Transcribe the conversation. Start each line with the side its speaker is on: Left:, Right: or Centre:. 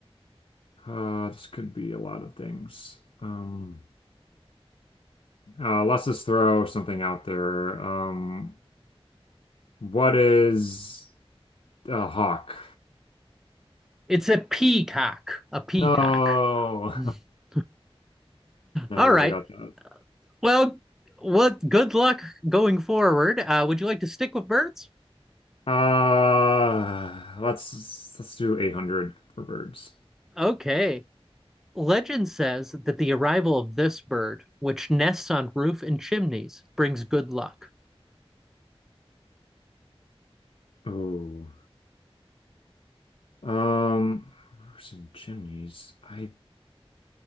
Left: Uh, this could be a lot of things. Um, uh, let's just throw something out there. Um, what is a hawk?
Centre: It's a peacock, a peacock.
Left: No,
Centre: <laughs>
Left: <laughs> never
Centre: All right.
Left: would have got that.
Centre: Well, what good luck going forward. Uh, would you like to stick with birds?
Left: Uh, let's let's do 800 for birds.
Centre: Okay. Legend says that the arrival of this bird, which nests on roof and chimneys, brings good luck.
Left: Oh, um, roofs and chimneys. I